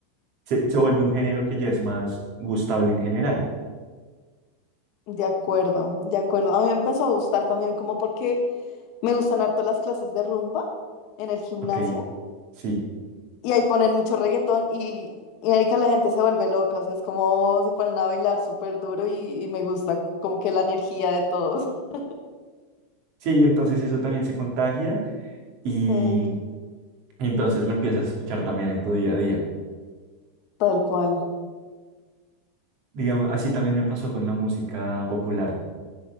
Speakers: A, on the right; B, on the left.
A: se, se vuelve un género que ya es más gustable en general.
B: De acuerdo, de acuerdo. A mí me empezó a gustar también como porque me gustan harto las clases de rumba en el gimnasio.
A: Ok, sí.
B: y ahí ponen mucho reggaetón y, y ahí que la gente se vuelve loca, o sea, es como se ponen a bailar súper duro y, y me gusta como que la energía de todos. <laughs>
A: Sí, y entonces eso también se contagia y
B: Sí,
A: entonces lo empiezas a escuchar también en tu día a día.
B: tal cual.
A: Digamos, así también me pasó con la música popular.